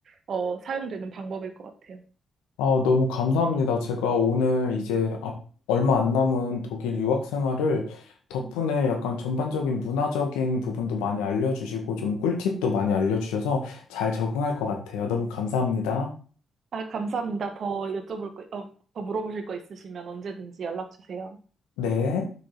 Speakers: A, on the right; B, on the left.
A: 어, 사용되는 방법일 것 같아요.
B: 아, 너무 감사합니다. 제가 오늘 이제 앞- 얼마 안 남은 독일 유학 생활을 덕분에
A: 음.
B: 약간 전반적인 문화적인 부분도 많이 알려주시고 좀 꿀팁도 많이 알려주셔서 잘 적응할 것 같아요. 너무 감사합니다.
A: 아, 감사합니다. 더 여쭤볼 거, 어, 더 물어보실 거 있으시면 언제든지 연락 주세요.
B: 네.